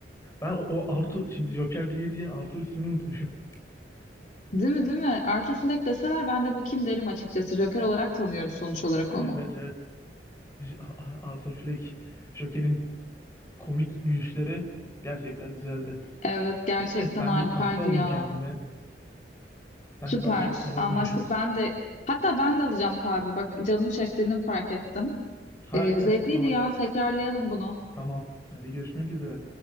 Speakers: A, on the left; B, on the left.
A: Ben o, o Arthur şimdi Joker diye diye Arthur ismini unutmuşum. <laughs>
B: <laughs> Değil mi değil mi? Arthur Fleck deseler ben de bu kim derim açıkçası. Joker olarak tanıyoruz sonuç olarak onu.
A: Evet evet. J- A- Arthur Fleck. Joker'in komik gülüşleri gerçekten güzeldi.
B: Evet gerçekten
A: Neyse ben
B: harikaydı
A: bir kahve alayım
B: ya.
A: kendime. Seninle
B: Süper.
A: daha çok sonra
B: Anlaştık.
A: konuşuruz.
B: Ben de hatta ben de alacağım kahve. Bak canım çektiğini fark ettim.
A: Harika
B: Ee, zevkliydi
A: o zaman.
B: ya. Tekrarlayalım bunu.
A: Tamam. Hadi görüşmek üzere.